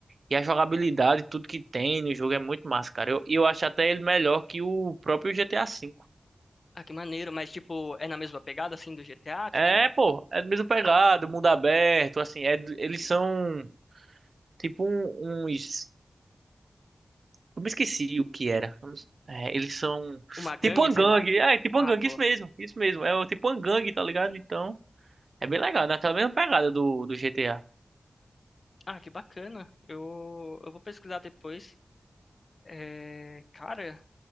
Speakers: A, on the right; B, on the left.
A: E a jogabilidade, tudo que tem no jogo é muito massa, cara. Eu, eu acho até ele melhor que o próprio GTA V.
B: Ah, que maneiro. Mas, tipo, é na mesma pegada, assim, do GTA? Tipo,
A: É, pô, é do mesmo pegado, mundo aberto, assim, é, do- eles são tipo um- uns... Eu me esqueci o que era. É, eles são
B: uma gangue,
A: tipo uma
B: sei
A: gangue,
B: lá.
A: é, tipo
B: Ah,
A: uma gangue,
B: boa.
A: isso mesmo, isso mesmo. É o tipo uma gangue, tá ligado? Então... É bem legal, né? Aquela mesma pegada do, do GTA.
B: Ah, que bacana. Eu, eu vou pesquisar depois. É, cara,